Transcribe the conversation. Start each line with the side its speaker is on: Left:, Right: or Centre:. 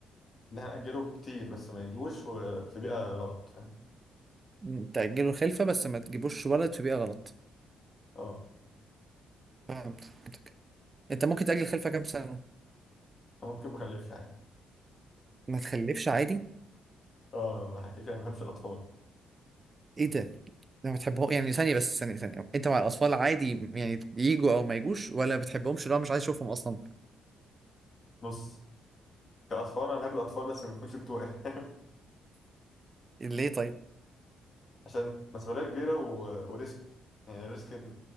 Left: ان احنا ناجله كتير بس ما يجوش وفي بيئه غلط فاهم
Right: مم. تاجلوا الخلفه بس ما تجيبوش ولد في بيئه غلط
Left: اه
Right: فهمتك انت ممكن تاجل الخلفه كام سنه
Left: ممكن ما اخلفش عادي
Right: ما تخلفش عادي
Left: اه يلا، كده كده ما بحبش الاطفال
Right: ايه ده لا بتحبهم يعني ثانية بس ثانية ثانية انت مع الأطفال عادي يعني يجوا أو ما يجوش ولا بتحبهمش لو مش عايز أشوفهم أصلا
Left: بص كأطفال أنا بحب الأطفال بس ما يكونش بتوعي فاهم
Right: ليه طيب؟
Left: <laughs> عشان مسؤولية كبيرة و... وريسك يعني الريسك إن-